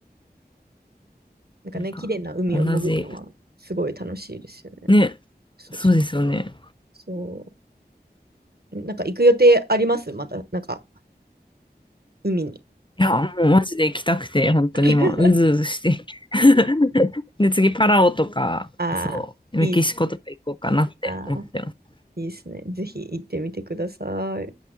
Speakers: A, on the right; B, on the left.
A: なんかね、
B: なんか、
A: 綺麗な海を潜るのはすごい楽しいですよね。
B: 同じ。ね、
A: そうそう
B: そうですよね。
A: そう。なんか行く予定ありますまた、なんか、海に。
B: いや、もうマジで行きたくて、本当に今、
A: <laughs>
B: うずうずして。<laughs> で、次、パラオとか、
A: ああ、
B: そう、
A: いいっす。
B: メキシコとか行こうかなって思ってます。
A: ああ、いいですね。ぜひ行ってみてください。